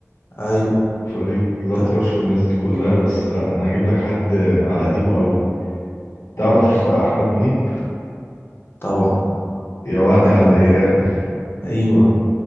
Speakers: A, on the left; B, on the left.
A: ايوه
B: وفريد الأطرش
A: طب
B: والناس دي كلها بس لا انا هجيب لك حد على قديمه قوي
A: قول
B: تعرف احمد منيب
A: طبعا
B: يا وعدي
A: يا
B: على
A: نهار
B: الايام
A: ابيض ايوه